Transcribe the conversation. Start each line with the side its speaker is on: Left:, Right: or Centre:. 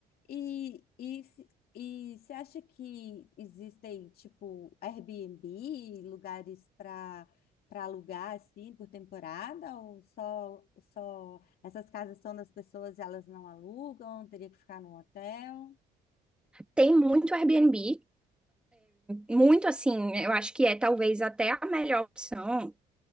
Left: E, e, se- e você acha que existem, tipo, Airbnb, lugares para para alugar, assim, por temporada? Ou só, só essas casas são das pessoas e elas não alugam? Teria que ficar no hotel?
Centre: Tem muito Airbnb, muito assim, eu acho que é talvez até a melhor opção,